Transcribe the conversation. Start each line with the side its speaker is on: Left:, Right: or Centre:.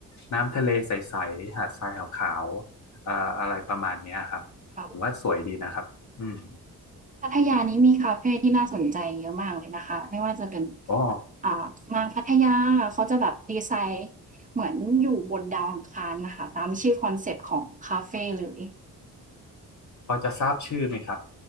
Left: น้ำทะเลใสๆหาดทรายขาวๆเอ่ออะไรประมาณเนี้ยครับผมว่าสวยดีนะครับอืม
Right: ค่ะพัทยานี้มีคาเฟที่น่าสนใจเยอะมากเลยนะคะไม่ว่าจะเป็น
Left: อ๋อ
Right: อ่ามาพัทยาเขาจะแบบดีไซน์เหมือนอยู่บนดาวอังคารน่ะค่ะตามชื่อคอนเซปต์ของคาเฟเลย
Left: พอจะทราบชื่อไหมครับ